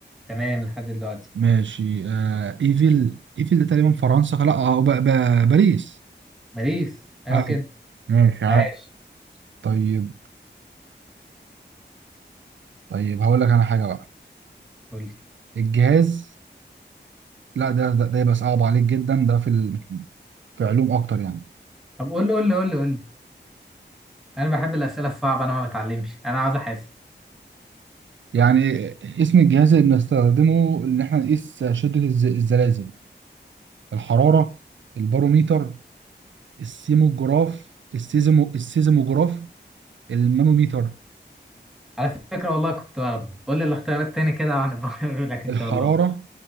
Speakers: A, in the centre; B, on the right (about 85°).
A: تمام لحد دلوقتي
B: ماشي آه ايفل ايفل ده تقريبا فرنسا لا اه ب... ب... باريس
A: باريس ايوه
B: عارف
A: كده
B: ماشي عارف
A: عاش
B: طيب طيب هقول لك انا حاجه بقى
A: قول لي
B: الجهاز لا ده ده, ده يبقى صعب عليك جدا ده في ال... في علوم اكتر يعني
A: طب قول لي قول لي قول لي قول لي انا بحب الاسئله الصعبه انا ما بتعلمش انا عاوز احاسب
B: يعني اسم الجهاز اللي بنستخدمه ان احنا نقيس شده الز... الزلازل الحراره الباروميتر السيموجراف السيزمو السيزموجراف المانوميتر
A: على فكره والله كنت واخده قول لي الاختيارات تاني كده وهنبقى <laughs> نقول لك ان
B: الحراره
A: شاء الله